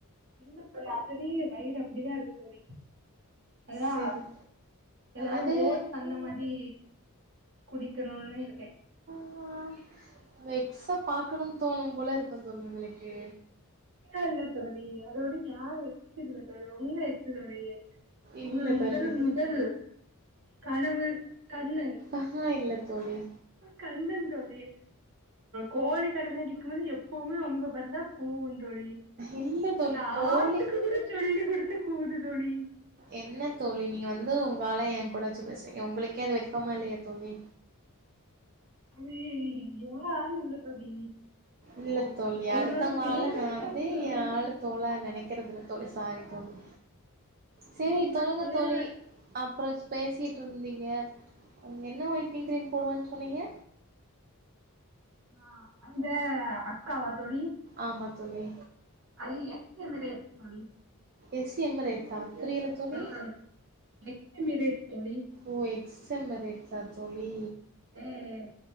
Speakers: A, on the right (about 55°); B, on the right (about 40°).
A: இல்ல தோழி ஆல் ரெடி வயிறு அப்படிதான் இருக்கு தோழி அதான்
B: சேரி
A: ஏதாவது
B: அது
A: ஓட்ஸ் அந்த மாறி குடிக்கணும்னு இருக்கேன்
B: ஆ உங்க எக்ஸ பாக்கணும்னு தோணும் போல இருக்கும் தோழி உங்களுக்கு
A: இல்ல இல்ல தோழி அது ஒண்ணும் என் எக்ஸ் இல்ல தோழி ஒங்க எக்ஸ் தோழி
B: இல்ல
A: உங்க முதல்
B: தோழி
A: முதல் கனவுக் கண்ணன்
B: ஆ இல்ல தோழி
A: கண்ணன் தோழி கோழி கடைல நிக்கும்போது எப்பவுமே உங்க பறதான் கூவும் தோழி
B: இல்ல தோழி
A: அந்த
B: கோழி
A: ஆட்டுக்கு கூட சொல்லி குடுத்து கூவுது தோழி
B: என்ன தோழி நீங்க வந்து உங்கால என் கூட வச்சு பேசுறீங்க உங்களுக்கே அது வெக்கமா இல்லையா தோழி
A: அய்யோ அது என் ஆள் இல்ல தோழி
B: இல்ல தோழி
A: உங்களோட
B: அடுத்தவங்க
A: ஃபேவரட்
B: ஆள நான் வந்து
A: பர்சன் தோழி
B: என் ஆளு ஆளா நினைக்கிறது இல்ல தோழி சாரி தோழி சரி
A: உங்களோட
B: சொல்லுங்க
A: ஃபேவரட்
B: தோழி அப்புறம் பேசிட்டு இருந்தீங்க அங்க என்ன ஒயிட்னிங் கிரீம் போடுவேன்னு சொன்னீங்க
A: ஆ அந்த அக்காவா தோழி
B: ஆமா தோழி
A: அது எக்ஸ் <unintelligible> தோழி
B: எஸ் எம் ரேட்டா புரியல தோழி
A: ஆ நெக்ஸ்ட் இமிரேட் தோழி
B: ஓ எக்ஸ் மெரேட்ஸ்ஸா தோழி
A: ம் ம்